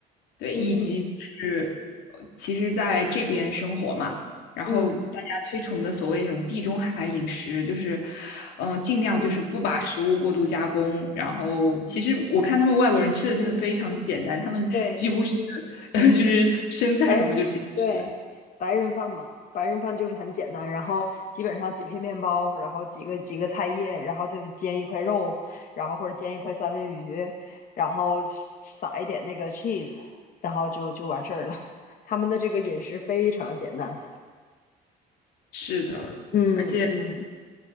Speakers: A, on the left (about 85°); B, on the left (about 55°).
A: 对，
B: 嗯
A: 以及是，呃其实在这边生活嘛。然后大家推崇的所谓那种地中海饮食，
B: 嗯
A: 就是，嗯、尽量就是不把食物过度加工。
B: 嗯，
A: 然后其实我看他们外国人吃的真的非常简单，他们几乎是
B: 对。
A: <laughs> 就是生菜什么就直接吃。
B: 白人对白人饭嘛，白人饭就是很简单，然后基本上几片面包，然后几个几个菜叶，然后再煎一块肉，然后或者煎一块三文鱼，然后撒一点那个 cheese，然后就就完事儿了。<laughs> 他们的这个饮食非常简单。
A: 是的，
B: 嗯嗯
A: 而且